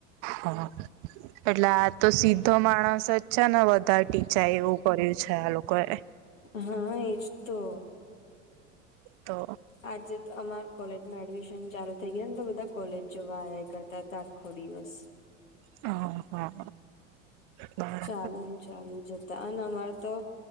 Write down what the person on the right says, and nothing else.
હ એટલે તો સીધો માણસ જ છે ને વધારે ટીચાય એવું કર્યું છે આ લોકો એ.
તો
હહા, હ
બ